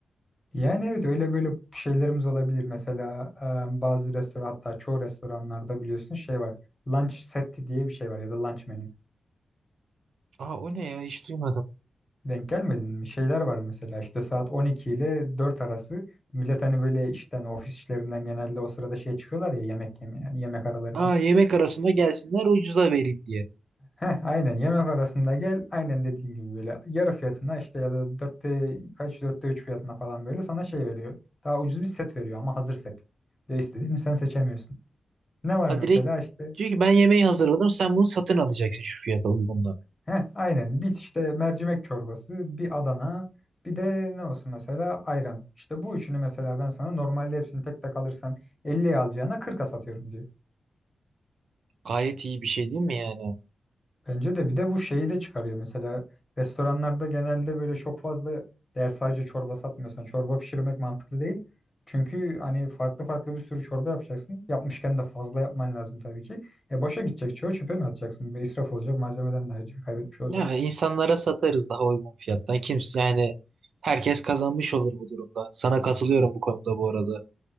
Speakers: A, on the left; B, on the right.
A: Yani evet öyle böyle şeylerimiz olabilir. Mesela e, bazı restoran hatta çoğu restoranlarda biliyorsun şey var. Lunch seti diye bir şey var ya da lunch menü.
B: Aa o ne ya hiç duymadım.
A: Denk gelmedin mi? Şeyler var mesela işte saat 12 ile 4 arası millet hani böyle işten ofis işlerinden genelde o sırada şey çıkıyorlar ya yemek yemeye yani yemek aralarına.
B: Aa yemek arasında gelsinler ucuza vereyim diye.
A: Heh aynen yemek arasında gel aynen dediğin gibi böyle yarı fiyatına işte ya da 4'te kaç 4'te 3 fiyatına falan böyle sana şey veriyor. Daha ucuz bir set veriyor ama hazır set. Ve istediğini sen seçemiyorsun. Ne var
B: Ha
A: mesela
B: direkt
A: işte
B: diyor ki ben yemeği hazırladım sen bunu satın alacaksın şu fiyata uygundan.
A: Heh, aynen. Bir işte mercimek çorbası, bir Adana, bir de ne olsun mesela ayran. İşte bu üçünü mesela ben sana normalde hepsini tek tek alırsan 50'ye alacağına 40'a satıyorum diyor.
B: Gayet iyi bir şey değil mi yani?
A: Bence de bir de bu şeyi de çıkarıyor. Mesela restoranlarda genelde böyle çok fazla eğer sadece çorba satmıyorsan çorba pişirmek mantıklı değil. Çünkü hani farklı farklı bir sürü çorba yapacaksın. Yapmışken de fazla yapman lazım tabii ki. E boşa gidecek çoğu çöpe mi atacaksın? Bir israf olacak malzemeden de ayrıca kaybetmiş olacaksın.
B: Ya insanlara satarız daha uygun fiyattan. Kimse yani herkes kazanmış olur bu durumda. Sana katılıyorum bu konuda bu arada.